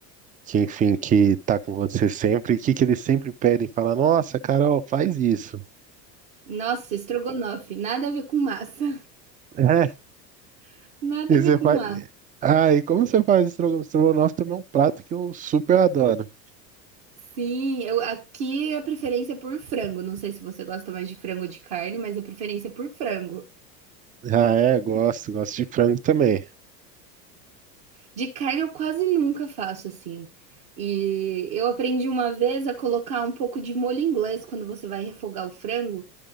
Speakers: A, on the right; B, on the right.
A: que enfim, que tá com você sempre, o que que eles sempre pedem? Fala, nossa, Carol, faz isso.
B: Nossa, estrogonofe, nada a ver com massa,
A: <laughs>
B: <laughs> nada
A: E
B: a ver
A: você
B: com
A: faz...
B: massa.
A: Ah, e como você faz estrogonofe? Estrogonofe também é um prato que eu super adoro.
B: Sim, eu, aqui a preferência é por frango. Não sei se você gosta mais de frango ou de carne, mas a preferência é por frango.
A: Ah, é, gosto, gosto de frango também.
B: De carne eu quase nunca faço assim. E eu aprendi uma vez a colocar um pouco de molho inglês quando você vai refogar o frango.